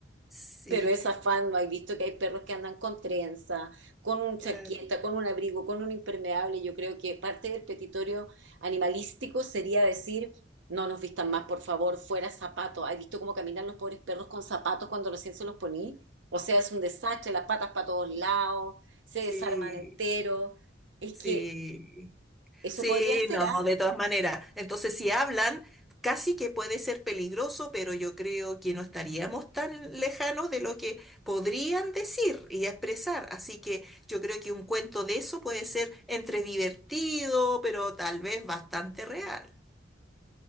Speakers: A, in the centre; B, on the right.
A: Sí,
B: Pero es afán, ¿no hay visto que hay perros que andan con trenza, con un
A: claro.
B: chaqueta, con un abrigo, con un impermeable? Yo creo que parte del petitorio animalístico sería decir, no nos vistan más, por favor, fuera zapato. Hay visto cómo caminan los pobres perros con zapatos cuando recién se los poní? O sea, es un desastre, las patas para todos lados, se
A: Sí,
B: desarman entero. Es
A: sí.
B: que eso
A: Sí,
B: podría ser,
A: no,
B: ¿ah?
A: de todas maneras. Entonces, si hablan, casi que puede ser peligroso, pero yo creo que no estaríamos tan lejanos de lo que podrían decir y expresar. Así que yo creo que un cuento de eso puede ser entre divertido, pero tal vez bastante real.